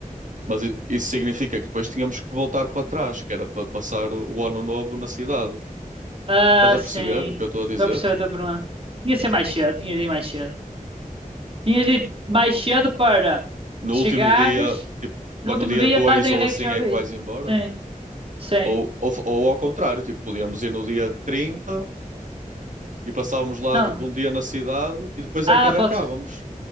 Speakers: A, on the right (about 65°); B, on the right (about 40°).
A: Mas i- isso significa que depois tínhamos que voltar para trás, que era para passar o ano novo na cidade.
B: Ah,
A: Estás a
B: sim.
A: perceber o que eu estou a dizer?
B: Estou a perceber a tua pergunta. Tinha de ser mais cedo, tinhas de ir mais cedo. Tinhas de ir mais cedo para
A: No
B: chegares.
A: último dia, tipo,
B: No
A: para
B: último
A: no dia
B: dia
A: 2
B: estás em
A: ou
B: Reykjavik.
A: assim é que vais embora?
B: Sim, sim.
A: Ou, ou, f- ou ao contrário, tipo, podíamos ir no dia 30 e passávamos lá,
B: Não.
A: tipo, um dia na cidade e depois é
B: Ah,
A: que arrancávamos.
B: pode ser.